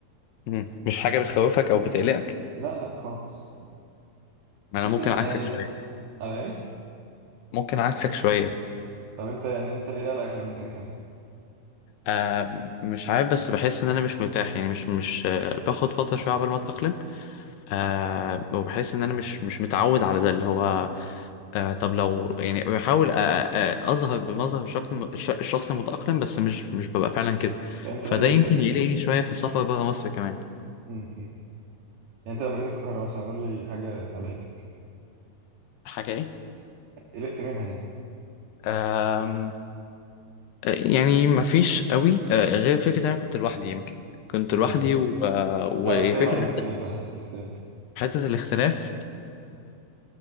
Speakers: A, on the left (about 80°); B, on the right (about 65°).
A: مم. مش حاجه بتخوفك او بتقلقك
B: لا لا خالص
A: ما
B: خصوصا
A: انا ممكن
B: يعني
A: عكسك شويه
B: على ايه
A: ممكن عكسك شويه
B: طب انت يعني انت ايه قلقك لما انت جيت هنا
A: آه مش عارف بس بحس ان انا مش مرتاح يعني مش مش آه باخد فتره شويه عقبال ما اتأقلم آه وبحس ان انا مش مش متعود على ده اللي هو آه طب لو يعني بحاول أ- أ- اظهر بمظهر شكل م- الش- الشخص المتأقلم بس مش مش ببقى فعلا كده
B: يعني انت
A: فده
B: ايه اللي
A: يمكن يقلقني شوية في السفر برا مصر كمان
B: م- م. يعني انت لما جيت القاهرة مثلا قول لي حاجة قلقتك
A: حاجة ايه
B: قلقت منها يعني
A: آم، آه، يعني مفيش قوي آه غير فكرة ان انا كنت لوحدي يمكن كنت
B: م-
A: لوحدي
B: م.
A: و- آه، وفكرة
B: لا بتكلم عن الاختلاف على حتة الاختلاف
A: حتة الاختلاف